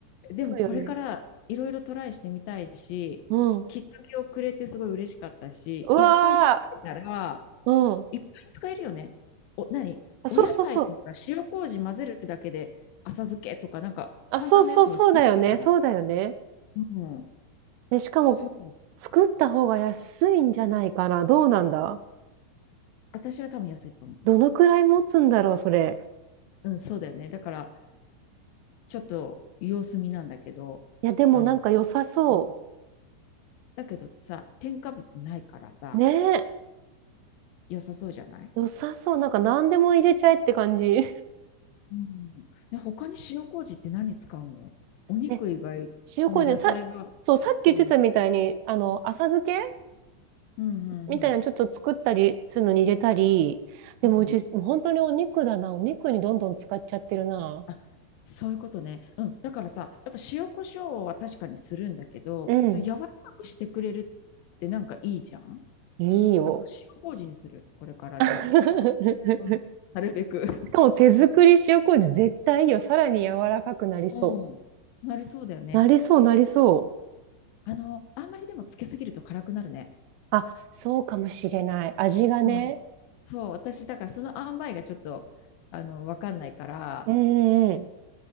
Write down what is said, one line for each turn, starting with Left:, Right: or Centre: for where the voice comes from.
Left: でもこれからいろいろトライしてみたいし、
Right: そうよね。うん。
Left: きっかけをくれてすごい嬉しかったし、
Right: うわ
Left: いっぱい調べたら、
Right: ー。うん。
Left: いっぱい使えるよね。お、何お野菜とか塩麹混ぜるだけで浅漬けとか、
Right: あ、そうそうそう。
Left: なんか簡単なやつもいっぱい出てきたの。
Right: あ、そうそうそうだよね。そうだよね。
Left: うん、
Right: で、しかも、
Left: そう。
Right: 作った方が安いんじゃないかな。どうなんだ
Left: 私は多分安いと思
Right: どのくらい持つんだろう、それ。
Left: う。うん、そうだよね。だから、ちょっと様子見なんだけど、
Right: いや、でもなんか良さそ
Left: あの、うんだけどさ、添加物ないからさ、
Right: う。ねえ。
Left: 良さそうじゃない
Right: 良さそう。なんか何でも入れちゃえって感じ。
Left: うん。ね、他に塩麹って何使うのお肉以外、
Right: <laughs> え、塩麹ね、
Left: その野菜は。
Right: さ、そう、さっき言ってたみたいに、
Left: うん。
Right: あの、浅漬け
Left: うん、うん、
Right: みたいなのちょっと作ったりするのに入れたり、
Left: うん。
Right: でもうち、
Left: うん。
Right: もう本当にお肉だな。お肉にどんどん使っちゃってるな。
Left: あ、そういうことね。うん。だからさ、やっぱ塩コショウは確かにするんだけど、
Right: うん。
Left: そう柔らかくしてくれるってなんかいいじゃん。
Right: いいよ。
Left: だから塩麹にする。これからじゃ
Right: <laughs>
Left: あ。うん。なるべく。<laughs>
Right: しかも手作り塩麹絶対いいよ。さらに柔らかくなりそ
Left: うん。なりそうだよね。
Right: う。なりそう、なりそう。
Left: あの、あんまりでもつけすぎると辛くなるね。
Right: あ、そうかもしれない。味がね。
Left: うん。そう、私、だからその塩梅がちょっと、あの、わかんないから、
Right: うんうんうん。